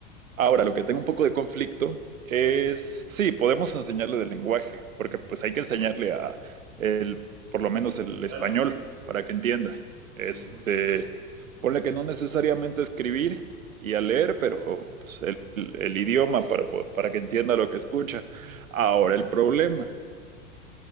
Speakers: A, on the right (about 70°); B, on the right (about 35°).
A: Ahora, lo que tengo un poco de conflicto es, sí, podemos enseñarle del lenguaje, porque pues hay que enseñarle a el, por lo menos el
B: en
A: español
B: cárcel.
A: para que entienda. Este,
B: Ujú.
A: ponle que no necesariamente a escribir y a leer, pero pues, el, el idioma para, po- para que entienda lo que escucha. Ahora, el problema,